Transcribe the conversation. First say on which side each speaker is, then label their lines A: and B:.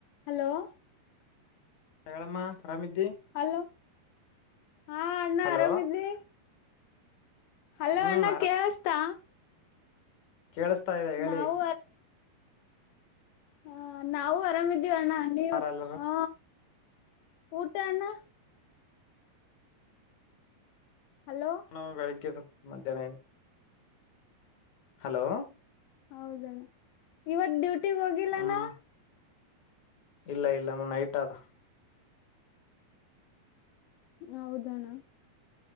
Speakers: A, on the left (about 80°); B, on the left (about 55°).
A: Hello.
B: ಹೇಳಮ್ಮ. ಆರಾಮಿದ್ದಿ
A: hello ಹಾ ಅಣ್ಣ
B: ಹಲೋ
A: ಆರಾಮಿದ್ದಿ. ಹಲೋ
B: ಹ್ಮ್
A: ಅಣ್ಣ ಕೇಳಸ್ತಾ.
B: ಕೇಳಸ್ತಾ ಇದೆ ಹೇಳಿ.
A: ನಾವು ಹಾ ನಾವು ಆರಾಮಿದ್ದೀವಣ್ಣ ನೀವು
B: ಆರಾಮಲ್ಲ
A: ಹ ಊಟ ಅಣ್ಣ. ಹಲೋ
B: ಉಣ್ಣೆವ ಬೆಳಿಗ್ಗೆದು ಮಧ್ಯಾಹ್ನ. <unintelligible> ಹಲೋ.
A: ಹೌದಣ ಇವತ್ ಡ್ಯೂಟಿಗ್ ಹೋಗಿಲ್ಲನಾ
B: ಹ್ಮ್ ಇಲ್ಲ ಇಲ್ಲ ನೈಟ್ ಆದ
A: ಹೌದಣ